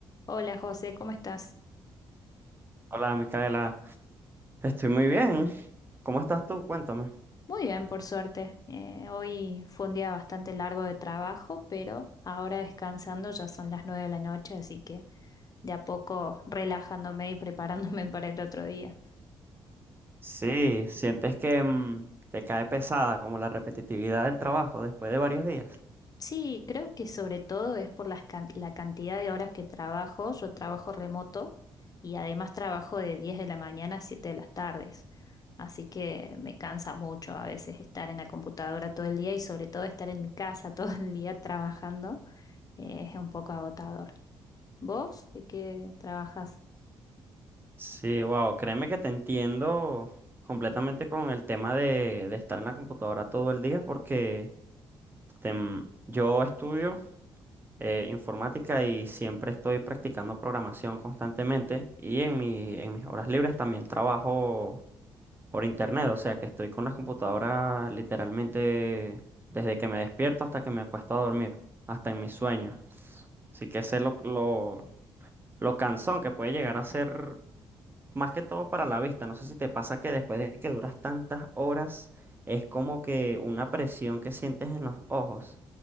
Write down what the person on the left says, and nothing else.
Hola José, ¿cómo estás?
Muy bien, por suerte. Eh, hoy fue un día bastante largo de trabajo, pero ahora descansando ya son las nueve de la noche, así que de a poco relajándome y preparándome <laughs> para el otro día.
Sí, creo que sobre todo es por las can- la cantidad de horas que trabajo. Yo trabajo remoto y además trabajo de 10 de la mañana a 7 de las tardes. Así que me cansa mucho a veces estar en la computadora todo el día y sobre todo estar en mi casa <laughs> todo el día trabajando. es un poco agotador. ¿Vos de qué trabajas?